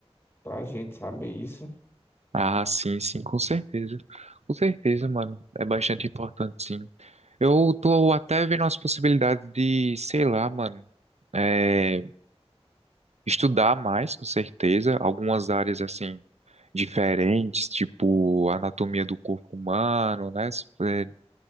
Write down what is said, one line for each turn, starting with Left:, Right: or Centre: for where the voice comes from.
Left: pra gente saber isso.
Right: Ah, sim, sim, com certeza. Com certeza, mano. É bastante importante, sim. Eu tô até vendo as possibilidades de, sei lá, mano. é, Estudar mais, com certeza, algumas áreas assim diferentes, tipo anatomia do corpo humano, né? É,